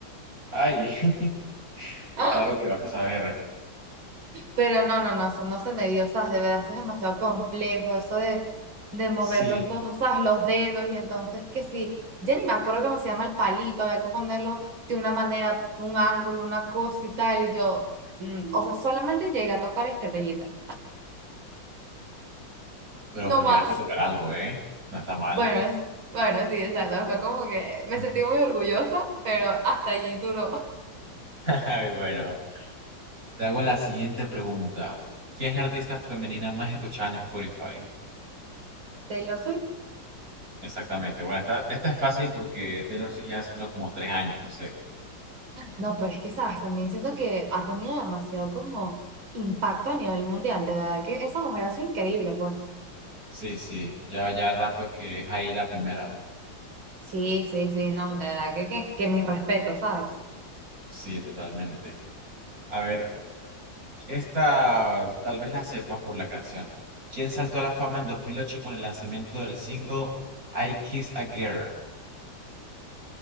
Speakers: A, on the right; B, on the right.
A: Ay, <laughs> pues
B: <laughs>
A: claro que vas a saber.
B: pero no, no, no, eso no se me dio, sabes, de verdad, eso es demasiado complejo, eso de, de mover
A: Sí,
B: los dos, ¿sabes? Los dedos, y entonces que sí, ya ni me acuerdo cómo se llama el palito, había que ponerlo de una manera, un ángulo, una cosa y tal, y yo, mm, o sea, solamente llegué a tocar estrellita,
A: pero
B: no
A: llegaste
B: más.
A: a tocar algo, ¿eh? No está mal.
B: Bueno, es- bueno, sí, exacto. Fue como que
A: <laughs>
B: me sentí muy orgullosa, pero hasta allí duró.
A: Ay, Bueno, te hago la siguiente pregunta. ¿Quién es la artista femenina más escuchada en Spotify?
B: Taylor Swift.
A: Exactamente. Bueno, esta, esta es fácil porque Taylor Swift ya hace solo como tres años, no sé.
B: No, pero es que, sabes, también siento que ha tenido demasiado como impacto a nivel mundial. De verdad que esa mujer ha sido increíble, pues.
A: Sí, sí, ya, ya rato que es ahí la primera.
B: Sí, sí, sí, no, de verdad que, que, que mis respetos, ¿sabes?
A: Sí, totalmente. A ver, Esta tal vez la sepas por la canción. ¿Quién saltó a la fama en 2008 con el lanzamiento del single I Kiss a Girl?